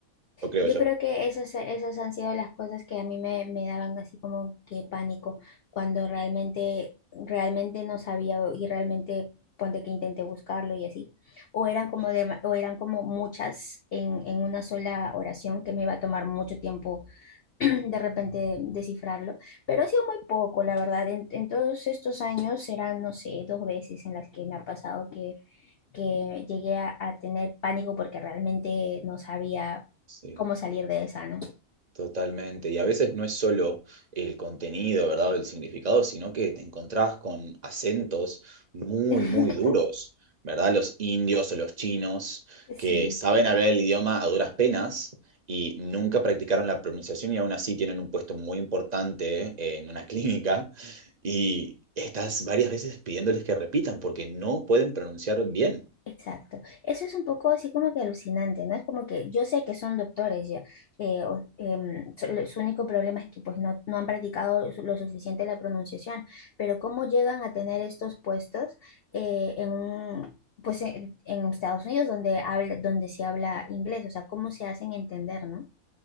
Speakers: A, on the right; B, on the left.
A: lo creo
B: Yo
A: yo.
B: creo que esas, esas han sido las cosas que a mí me, me daban así como que pánico cuando realmente, realmente no sabía y realmente ponte que intenté buscarlo y así. O eran como, de, o eran como muchas en, en una sola oración que me iba a tomar mucho tiempo <clears throat> de repente descifrarlo, pero ha sido muy poco, la verdad. En, en todos estos años serán, no sé, dos veces en las que me ha pasado que, que llegué a, a tener pánico porque realmente no sabía
A: Sí.
B: cómo salir de esa, ¿no?
A: Totalmente. Y a veces no es solo el contenido, ¿verdad? O el significado, sino que te encontrás con acentos muy,
B: <laughs>
A: muy duros, ¿verdad? Los indios o los chinos que
B: Sí.
A: saben hablar el idioma a duras penas y nunca practicaron la pronunciación y aún así tienen un puesto muy importante en una <laughs> clínica y estás varias veces pidiéndoles que repitan porque no pueden pronunciar bien.
B: Exacto. Eso es un poco así como que alucinante, ¿no? Es como que yo sé que son doctores ya, eh, o- em, su lo- su único problema es que pues no, no han practicado su- lo suficiente la pronunciación, pero cómo llegan a tener estos puestos eh, en un, pues en, en Estados Unidos donde habla, donde se habla inglés, o sea, cómo se hacen entender, ¿no?